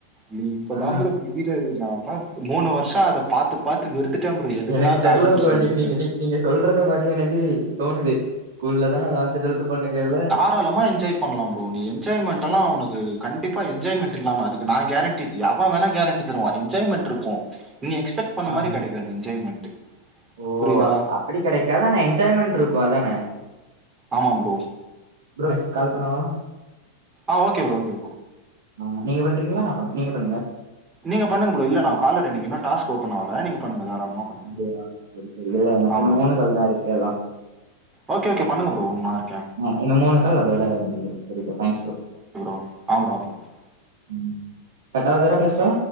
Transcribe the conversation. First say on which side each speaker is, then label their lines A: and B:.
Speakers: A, on the right; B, on the right.
A: நீ இப்பதா
B: ஆ
A: ப்ரோ இப்டி நிக்கிறாரு நாளா மூணு வருச அத பாத்து பாத்து வெறுத்துட்ட ப்ரோ எதுக்குடா
B: எனக்கு தெர்ல
A: காலேஜ்
B: ப்ரோ
A: சேந்தன்னு
B: நீ நீங்க நீ நீங்க சொல்றத பாக்க எனக்கு தோணுது ஸ்கூல்ல தா லெவன்த் டுவல்த் பண்ணுகல்ல
A: டல்லமா என்ஜாய் பண்லா ப்ரோ நீ என்ஜாய்மெண்ட் எல்லா உனக்கு கண்டிப்பா என்ஜாய்மெண்ட் இல்லாம அதுக்கு நா கேரண்டி டி எவ வேணா கேரண்டி தருவா என்ஜாய்மெண்ட் இருக்கு ம் எக்ஸ்பெக்ட் பண்ண
B: ஆ
A: மாரி கிடைக்காது என்ஜாய்மெண்ட்
B: ஓ
A: புரிதா
B: அப்டி கிடைக்காது ஆனா என்ஜாய்மெண்ட் இருக்கு அதான
A: ஆமா ப்ரோ
B: ப்ரோ கால் பண்ணவா
A: ஆ ஓகே ப்ரோ ஓகே
B: ஆ நீங்க பண்றீங்களா நா பன் நீங்க பண்ணுங்க
A: நீங்க பண்ணுங்க ப்ரோ இல்ல நா காலர் எனக்கு இன்னு டாஸ்க் ஓப்பன் ஆவல நீங்க பண்ணுங்க தாராளமா பண்ணுங்க
B: அப்படியா சரி சரி இல்ல எனக்கு
A: ஆ
B: இன்னும்
A: ப்ரோ
B: மூணு கால் தா இருக்கு அதா
A: ஓகே ஓகே பண்ணுங்க ப்ரோ நா இருக்கே
B: ந இந்த மூணு கால் அதோட முடிஞ்சிடு சரி ப்ரோ தேங்க்ஸ் ப்ரோ
A: <unintelligible> <unintelligible>
B: ம் கட்டாவதுர பேசுற